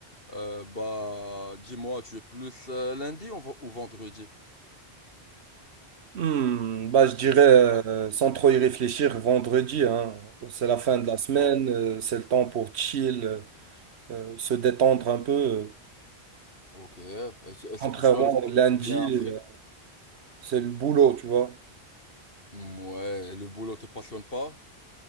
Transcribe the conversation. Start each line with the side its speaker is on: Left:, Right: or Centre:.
Left: Euh, bah, dis-moi, tu es plus euh, lundi ou, ven- ou vendredi?
Right: Hmm, bah, je
Left: Est-ce
Right: dirais,
Left: que tu
Right: euh,
Left: préfères
Right: sans trop y réfléchir, vendredi, hein. C'est la fin de la semaine,
Left: Oh,
Right: euh, c'est le temps pour chill, euh, euh, se détendre un peu. euh.
Left: Ok. Et, su- et surtout,
Right: Contrairement
Left: tu as le week-end
Right: au lundi,
Left: qui vient après.
Right: euh, c'est le boulot, tu vois.
Left: Mm, Ouais, et le boulot te passionne pas?